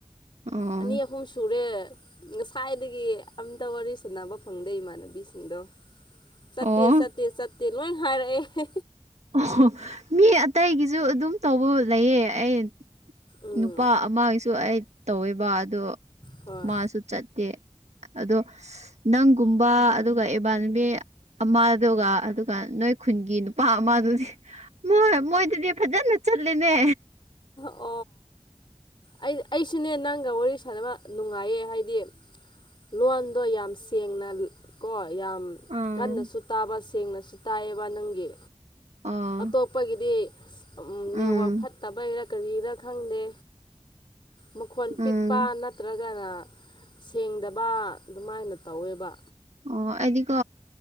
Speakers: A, on the right; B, on the left.
A: ꯑꯣ
B: ꯑꯅꯤ ꯑꯍꯨꯝ ꯁꯨꯔꯦ ꯉꯁꯥꯏꯗꯒꯤ ꯑꯝꯇ ꯋꯥꯔꯤ ꯁꯥꯟꯅꯕ ꯐꯪꯗꯦ ꯏꯃꯥꯟꯅꯕꯤꯁꯤꯡꯗꯣ ꯆꯠꯇꯦ
A: ꯑꯣ
B: ꯆꯠꯇꯦ ꯆꯠꯇꯦ ꯂꯣꯏ ꯍꯥꯏꯔꯛꯑꯦ
A: ꯑꯣꯣ ꯃꯤ ꯑꯇꯩꯒꯤꯁꯨ ꯑꯗꯨꯝ ꯇꯧꯕ ꯂꯩꯌꯦ ꯑꯩ
B: ꯎꯝ
A: ꯅꯨꯄꯥ ꯑꯃꯒꯤꯁꯨ ꯑꯩ ꯇꯧꯋꯦꯕ ꯑꯗꯣ
B: ꯍꯣꯏ
A: ꯃꯥꯁꯨ ꯆꯠꯇꯦ ꯑꯗꯣ ꯅꯪꯒꯨꯝꯕ ꯑꯗꯨꯒ ꯏꯕꯥꯅꯤꯕꯤ ꯑꯃꯗꯨꯒ ꯑꯗꯨꯒ ꯅꯣꯏ ꯈꯨꯟꯒꯤ ꯅꯨꯄꯥ ꯑꯃꯗꯨꯗꯤ ꯃꯣꯏ ꯃꯣꯏꯗꯨꯗꯤ ꯐꯖꯅ ꯆꯠꯂꯤꯅꯦ
B: ꯑꯣ ꯑꯩ ꯑꯩꯁꯨꯅꯦ ꯅꯪꯒ ꯋꯥꯔꯤ ꯁꯥꯟꯅꯕ ꯅꯨꯡꯉꯥꯏꯌꯦ ꯍꯥꯏꯗꯤ ꯂꯣꯟꯗꯣ ꯌꯥꯝ ꯁꯦꯡꯅ ꯀꯣꯏ ꯌꯥꯝ
A: ꯑꯥ
B: ꯀꯟꯅꯁꯨ ꯇꯥꯕ ꯁꯦꯡꯅꯁꯨ ꯇꯥꯏꯌꯦꯕ ꯅꯪꯒꯤ
A: ꯑꯣ
B: ꯑꯇꯣꯞꯄꯒꯤꯗꯤ ꯅꯦꯠꯋꯛ
A: ꯎꯝ
B: ꯐꯠꯇꯕꯩꯔ ꯀꯔꯤꯔ ꯈꯪꯗꯦ ꯃꯈꯣꯜ
A: ꯎꯝ
B: ꯄꯤꯛꯄ ꯅꯠꯇ꯭ꯔꯒꯅ ꯁꯦꯡꯗꯕ ꯑꯗꯨꯃꯥꯏꯅ ꯇꯧꯋꯦꯕ
A: ꯑꯣ ꯑꯩꯗꯤꯀꯣ